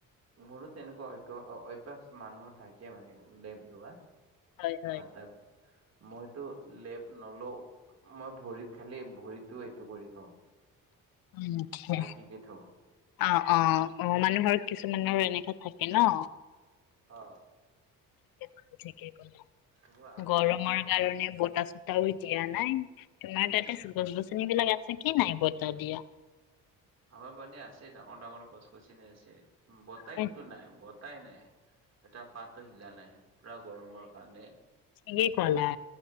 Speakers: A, on the right (about 50°); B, on the left (about 80°).
A: মোৰো তেনেকুৱা অগ-অভ্য়াস মানুহৰ থাকে মানে, লেপ লোৱা।
B: হয় হয়
A: অ', তাৰপি মইতো লেপ নলও। মই ভৰিত খালি, ভৰিতো এইটো কৰি থওঁ
B: মুটে
A: ঢাকিকে থওঁ।
B: অ', অ', অ মানুহৰ কিছুমানৰ এনেকা থাকে ন।
A: অ।
B: ঠিকেই বাৰু ঠিকেই ক'লি
A: মোৰ আদতটো
B: গৰমৰ
A: থাকে
B: কাৰণে বতা-চতা <unintelligible> তোমাৰ
A: উম
B: তাতে গছ-গছনি বিলাক আছে ঠিকে নাই বতাহ দিয়।
A: হয় মানে আছে, ডাঙৰ-ডাঙৰ গছ গছনি আছে। বতাহ
B: হয়
A: কিন্তু নাই বত উপাই নাই। এটা পাতো হিলা নাই পুৰা গৰমৰ কাৰণে
B: সে গলা,